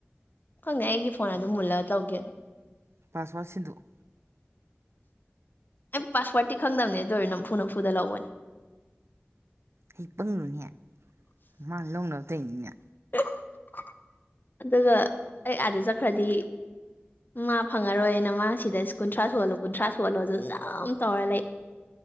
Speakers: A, on the left (about 45°); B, on the right (about 80°).
A: ꯈꯪꯗꯦ ꯑꯩꯒꯤ ꯐꯣꯟ ꯑꯗꯨꯝ ꯃꯨꯜꯂꯒ ꯇꯧꯒꯤꯕꯅꯤ
B: ꯄꯥꯁꯁꯋꯥꯔꯗ ꯁꯤꯟꯗꫭꯛꯎ
A: ꯑꯩ ꯄꯥꯁꯋꯥꯔꯗꯠꯇꯤ ꯈꯪꯗꯝꯕꯅꯦ ꯑꯗꯨꯗꯔ ꯅꯝꯐꯨ ꯅꯝꯐꯨꯗ ꯂꯧꯕꯅꯤ
B: ꯍ ꯄꯪꯉꯨꯅꯦ ꯃꯥ ꯂꯧꯅꯕ ꯇꯣꯏꯅꯤꯅꯦ
A: UNINTELLIGIBLE ꯑꯗꯨꯒ ꯑꯩ ꯑꯥꯗ ꯆꯠꯈ꯭ꯔꯗꯤ ꯃꯥ ꯐꯪꯉꯔꯣꯏꯅ ꯃꯥ ꯁꯤꯗ ꯀꯨꯟꯊ꯭ꯔꯥ ꯁꯨꯍꯜꯂꯣ ꯀꯨꯟꯊ꯭ꯔꯥ ꯁꯨꯍꯜꯂꯣ ꯑꯗꯨ ꯅꯝ ꯇꯧꯔ ꯂꯩ